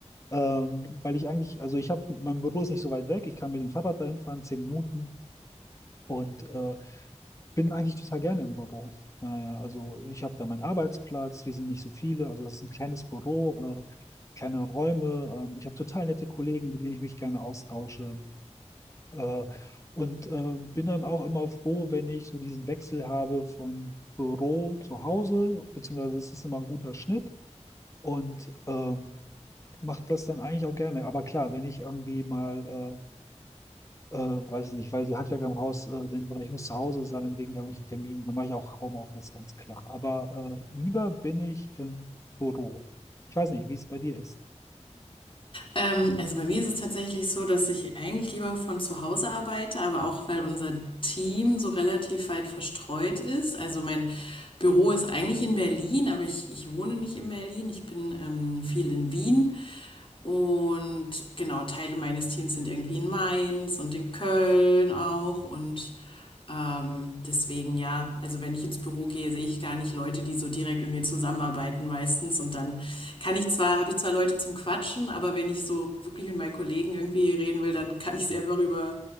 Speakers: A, on the left (about 25°); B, on the left (about 45°).
A: Ähm, weil ich eigentlich, also ich habe, mein Büro ist nicht so weit weg. Ich kann mit dem Fahrrad dahin fahren, zehn Minuten. Und äh, bin eigentlich total gerne im Büro. Naja, also ich habe da meinen Arbeitsplatz, wir sind nicht so viele, also das ist ein kleines Büro, äh, kleine Räume. Ähm, ich habe total nette Kollegen, mit denen ich mich gerne austausche. Äh, und ähm, bin dann auch immer froh, wenn ich so diesen Wechsel habe von Büro zu Hause, beziehungsweise es ist immer ein guter Schnitt und ähm, macht das dann eigentlich auch gerne. Aber klar, wenn ich irgendwie mal äh, äh, weiß ich nicht, weil die Handwerker im Haus äh, sind oder ich muss zu Hause sein wegen irgendwelchen Terminen. Dann mache ich auch Homeoffice, ganz klar. Aber äh, lieber bin ich im Büro. Ich weiß nicht, wie es bei dir ist.
B: Ähm, also bei mir ist es tatsächlich so, dass ich eigentlich lieber von zu Hause arbeite, aber auch weil unser Team so relativ weit verstreut ist. Also mein Büro ist eigentlich in Berlin, aber ich, ich wohne nicht in Berlin. Ich bin ähm, viel in Wien. Und genau, Teile meines Teams sind irgendwie in Mainz und in Köln auch. Und ähm, deswegen ja, also wenn ich ins Büro gehe, sehe ich gar nicht Leute, die so direkt mit mir zusammenarbeiten meistens. Und dann kann ich zwar, habe ich zwar Leute zum Quatschen, aber wenn ich so wirklich mit meinen Kollegen irgendwie reden will, dann kann ich sie einfach über,